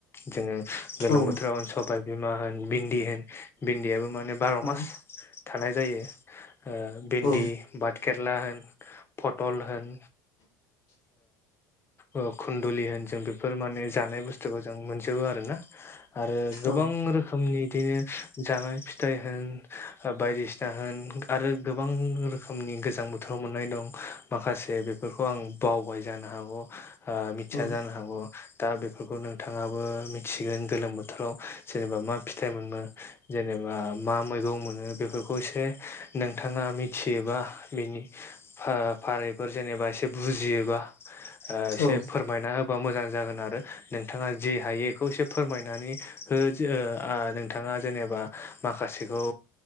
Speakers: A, on the left; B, on the left.
A: जोंङो गोलोम
B: औ
A: बोथोराव होन सबाय बिमा होन भिन्दि होन भिन्दियाबो माने बार'
B: आं
A: मास थानाय जायो भिन्दि
B: औ
A: भात केेरला पटल होन ओ खुन्दुलि होन जों बेफोर माने जानाय बुस्थुफो जों मोनजोबो आरोना आरो गोबां
B: औ
A: रोखोम नि बिदिनो जानाय फिथाइ होन बायदिसिना होन आरो गोबां रोख खोमनि गोजां बोथोराव मोननाय दं माखासे बेफोरखौ आं बावबाय जानो हागौ मिथिया
B: औ
A: जानो हागौ दा बेफोरखौ नोंथाङाबो मिथिगोन गोलोम बोथोराव जेनेबा मा फिथाइ मोनो जेनेबा मा मैग बेखौ मोन बेफोरखौ नोंथाआ मिथियोबा बेनि फारि फारि जेनेबा एसे बुजियोबा एसे
B: औ
A: फोरमायना होब होबा मोजां जागोन आरो नोंथांङा जे हायो बेखौ एसे फोरमायनानै हो जोओ आं नोंथांङा जेनेबा माखासेखौ